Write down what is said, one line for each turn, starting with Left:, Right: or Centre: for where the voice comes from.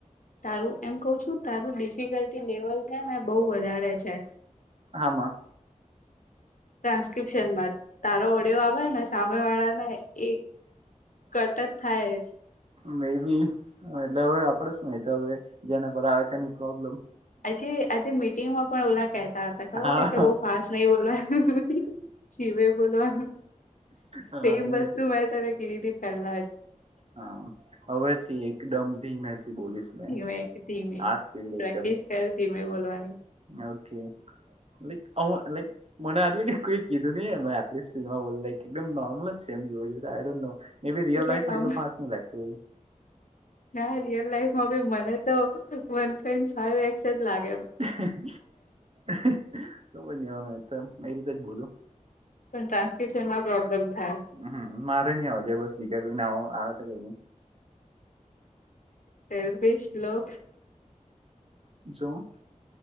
Left: તારું એમ કઉ છું તારું ડિફિકલ્ટી લેવલ છે ને બઉ વધારે છે.
Right: હામાં.
Left: ટ્રાન્સ્ક્રિપ્શન માં તારો ઓડિયો આવે ને. સામે વાળા ને એ ઘટત થાય.
Right: મે બી એટલે હવે આપડે શું તો હવે જેના પર તેની પ્રોબ્લેમ.
Left: આજે આજે મીટિંગમાં પણ ઓલા કહેતા હતા. ખબર
Right: હા
Left: છે કે બઉ ફાસ્ટ નઈ બોલવાનું શિવે બોલવા.
Right: હા
Left: સેમ
Right: ધીમે
Left: વસ્તુ
Right: છે.
Left: મેં તને કીધીતી પેલા જ.
Right: હા, હવે થી એકદમ ધીમેથી બોલીશ મેં
Left: ધીમે- ધીમે
Right: આ સ્પીડ એકદમ
Left: પ્રેક્ટિસ કર ધીમે બોલવાની
Right: ઓકે, લાઈક ઓઅ લાઈક મને આટલી કોઈ કીધું નહી, મે આટલી સ્પીડમાં બોલી લાઈક એકદમ નોર્મલ જ છે એમ, જોવા જોઈએ આઇ ડોન નો એબી રીયલ
Left: એટલે
Right: લાઈફમાં
Left: આમ
Right: એટલુ ફાસ ની લાગતું હોય
Left: ના, રિયલ લાઈફમાં બી મને તો વન પોઈન્ટ ફાઈવ એક્સ જ લાગે એ
Right: <unintelligible> ખબરની અવે એતો મે એ રીતે જ બોલું
Left: પણ, ટ્રાન્સક્રિપ્શનમાં પ્રોબ્લમ થાય
Right: હ, મારે ની આવા જોયે બસ બીજા કોઈ ને આવ આવે તો કઈની
Left: સેલ્ફિશ લોક
Right: શું